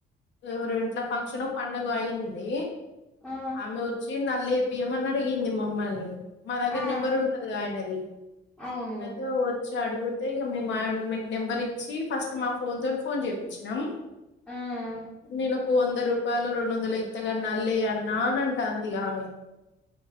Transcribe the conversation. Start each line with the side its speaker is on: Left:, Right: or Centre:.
Left: ఎవరో ఇంట్ల ఫంక్షనో పండగో అయింది
Centre: ఆ
Left: ఆమె వచ్చి నల్ల ఎపియమని అడిగింది మమ్మల్ని మా దగ్గర
Centre: ఆ
Left: నెంబర్ ఉంటదిగా ఆయనది
Centre: ఆ అవును
Left: అయితే వచ్చి అడుగుతే ఇగ మీ మా మీక్ నెంబర్ ఇచ్చి ఫస్ట్ మా ఫోన్ తో ఫోన్ చేపిచ్చినం
Centre: ఆ
Left: నేనొక వంద రూపాలో రెండోందలో ఇత్త గన్ నల్లెయి అన్న అని అంట అంది ఆమె